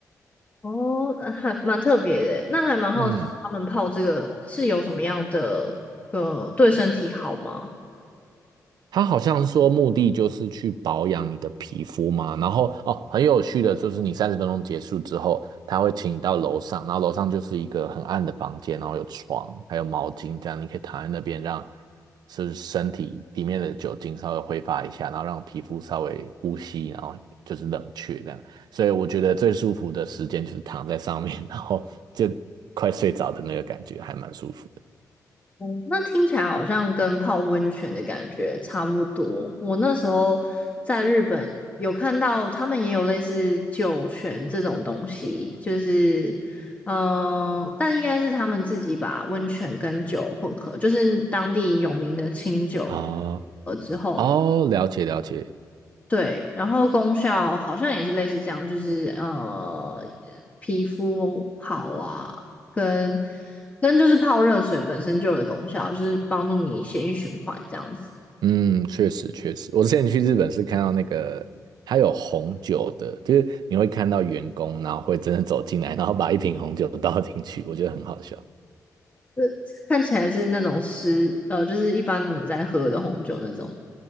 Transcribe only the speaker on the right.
嗯，他好像说目的就是去保养你的皮肤嘛，然后哦，很有趣的就是你三十分钟结束之后，他会请你到楼上，然后楼上就是一个很暗的房间，然后有床，还有毛巾，这样你可以躺在那边让就是身体里面的酒精稍微挥发一下，然后让皮肤稍微呼吸，然后就是冷却这样。所以我觉得最舒服的时间就是躺在上面，<laughs> 然后就快睡着的那个感觉，还蛮舒服的。
啊、
哦，了解了解。
嗯，确实确实，我之前去日本是看到那个，它有红酒的，就是你会看到员工，然后会真的走进来，然后把一瓶红酒倒进去，我觉得很好笑。